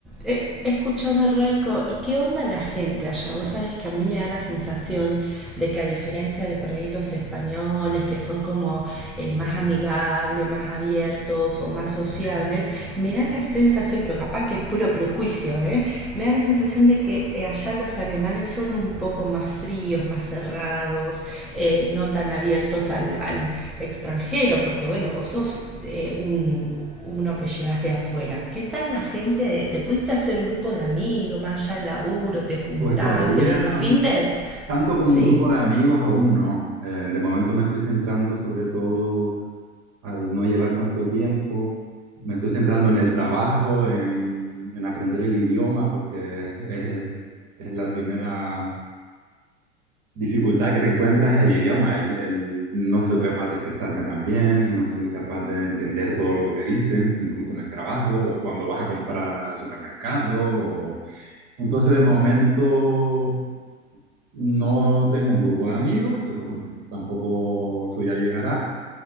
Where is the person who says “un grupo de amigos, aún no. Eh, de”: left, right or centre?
Right